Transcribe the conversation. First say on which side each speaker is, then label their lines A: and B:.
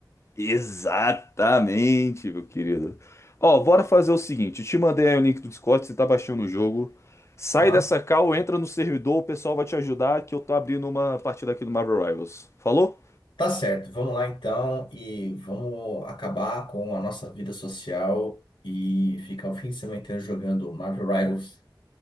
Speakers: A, on the left; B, on the left.
A: Exatamente, meu querido. Ó, bora fazer o seguinte: eu te mandei aí o link do Discord, você tá baixando o jogo. Sai
B: Aham.
A: dessa call, entra no servidor, o pessoal vai te ajudar, que eu tô abrindo uma partida aqui do Marvel Rivals. Falou?
B: Tá certo, vamos lá então e vamos acabar com a nossa vida social e ficar o fim de semana inteiro jogando Marvel Rivals.